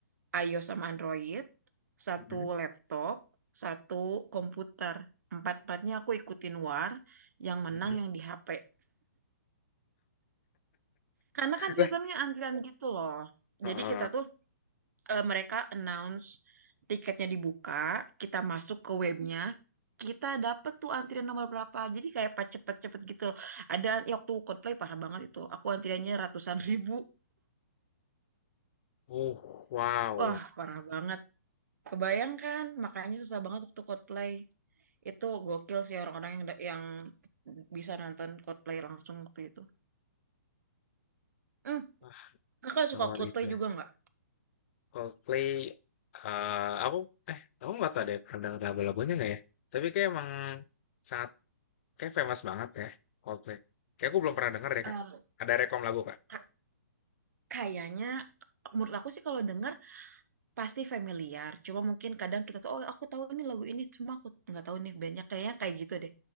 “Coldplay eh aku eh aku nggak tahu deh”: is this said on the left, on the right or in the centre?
Left